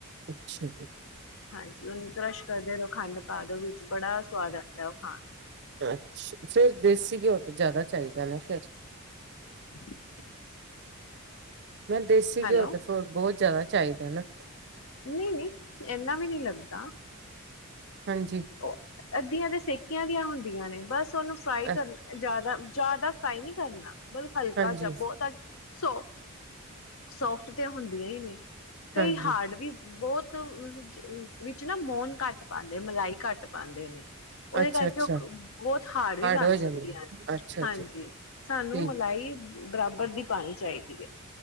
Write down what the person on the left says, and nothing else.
ਹਾਂਜੀ ਉਹਨੂੰ ਕਰਸ਼ ਕਰਦੇ ਰਹੋ ਖੰਡ ਪਾ ਦਿਓ ਵਿੱਚ ਬੜਾ ਸਵਾਦ ਆਉਂਦਾ ਉਹ ਖਾਣ ਦਾ
<inaudible>
ਹੈਲੋ
ਨਹੀਂ ਨਹੀਂ ਇਨਾ ਵੀ ਨਹੀਂ ਲੱਗਦਾ
ਉਹ ਅੱਧੀਆਂ ਦੇ ਸੇਕੇ ਦੀਆਂ ਹੁੰਦੀਆਂ ਨੇ ਬਸ ਤੁਨੂੰ ਫਰਾਈ ਕਰ
ਜ਼ਿਆਦਾ ਜ਼ਿਆਦਾ ਫਰਾਈ ਨਹੀ ਕਰਨਾ। ਬਹੁਤਹਲਕਾ
ਚ ਬਹੁਤ ਸੋ ਸੋਫਟ ਤੇ ਹੁੰਦੀਆਂ ਹੀ ਨਹੀ। ਕਈ
ਹਾਰਡ ਬਹੁਤ ਵਿੱਚ ਨਾ ਮੋਨ ਘੱਟ ਪਾ ਮਲਾਈ ਘੱਟ ਪਾਉਂਦੇ ਨੇ ਉਹਦੇ
ਕਰਕੇ
ਉਹ ਬਹੁਤ ਹਾਰਡ ਵੀ ਬਣ
ਸਕਦੀਆਂ ਨੇ
ਹਾਂਜੀ
ਸਾਨੂੰ
ਮਲਾਈ ਬਰਾਬਰ ਦੀ ਪਾਣੀ ਚਾਹੀਦੀ ਹੈ।